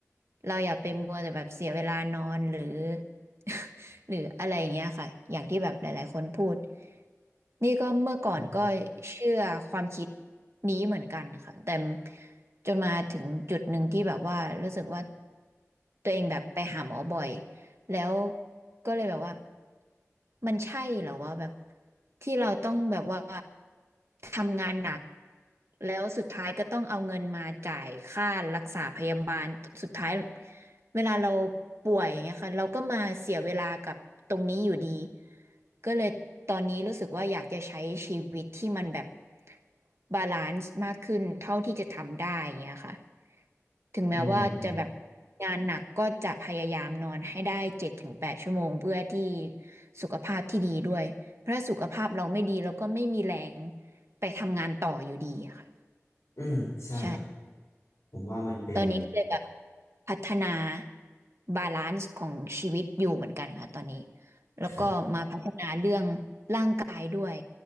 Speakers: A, on the right (about 60°); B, on the left (about 85°).
A: เราอย่าไปมัวแต่แบบเสียเวลานอนหรือ <laughs> หรืออะไรอย่างเงี้ยค่ะอย่างที่แบบหลายๆคนพูด นี่ก็เมื่อก่อนก็
B: อืม
A: เชื่อความคิดนี้เหมือนกันค่ะแต่จนมาถึงจุดหนึ่งที่แบบว่ารู้สึกว่าตัวเองแบบไปหาหมอบ่อย แล้วก็เลยแบบว่ามันใช่เหรอว่าแบบที่เราต้องแบบว่าทำงานหนักแล้วสุดท้ายก็ต้องเอาเงินมาจ่ายค่ารักษาพยาบาลสุดท้ายเวลาเราป่วยอย่างเงี้ยค่ะเราก็มาเสียเวลากับตรงนี้อยู่ดีก็เลยตอนนี้รู้สึกว่าอยากจะใช้ชีวิตที่มันแบบบาลานซ์มากขึ้นเท่าที่จะทำได้อย่างเงี้ยค่ะ ถึงแม้ว่าจะแบบ
B: อืมอืม
A: งานหนักก็จะพยายามนอนให้ได้เจ็ดถึงแปดชั่วโมงเพื่อที่สุขภาพที่ดีด้วยเพราะถ้าสุขภาพเราไม่ดีเราก็ไม่มีแรงไปทำงานต่ออยู่ดีค่ะ
B: อืมใช่
A: ใช่
B: ผมว่ามันเป็น
A: ตอนนี้ก็เลยแบบพัฒนาบาลานซ์ของชีวิตอยู่เหมือนกันค่ะตอนนี้แล้วก็มาพัฒนาเรื่อง
B: ค่ะ
A: ร่างกายด้วย